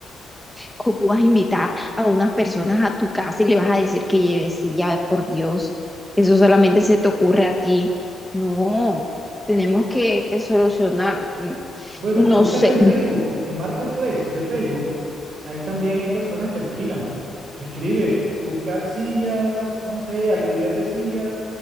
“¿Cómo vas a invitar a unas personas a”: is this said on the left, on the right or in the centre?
Centre